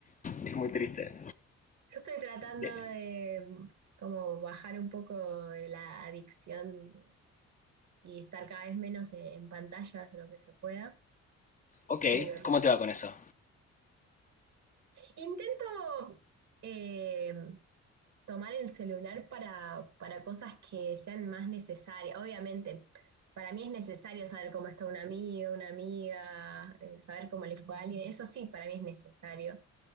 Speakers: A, on the left (about 25°); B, on the right (about 65°).
A: es muy triste.
B: estoy tratando
A: Eh,
B: de mm, como bajar un poco la adicción y estar cada vez menos en, en pantallas lo que se pueda,
A: Ok,
B: pero
A: ¿cómo te va con eso?
B: Intento eh, tomar el celular para, para cosas que sean más necesarias. Obviamente, para mí es necesario saber cómo está un amigo, una amiga, eh, saber cómo le fue a alguien. Eso sí, para mí es necesario.